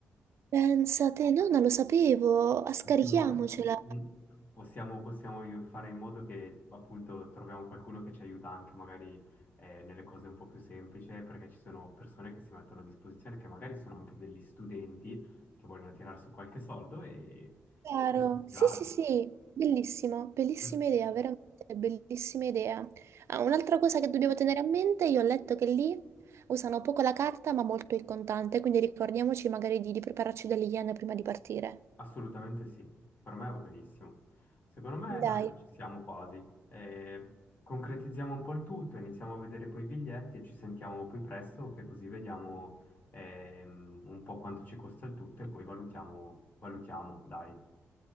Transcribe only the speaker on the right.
Pensate, no, non lo sapevo,
ah, scarichiamocela.
Chiaro.
Sì, sì, sì, bellissimo, bellissima
idea, veramente bellissima idea. Ah, un'altra cosa che dobbiamo tenere a mente, io ho letto che lì usano poco la carta ma molto il contante, quindi ricordiamoci magari di, di prepararci delle yen prima di partire.
Dai.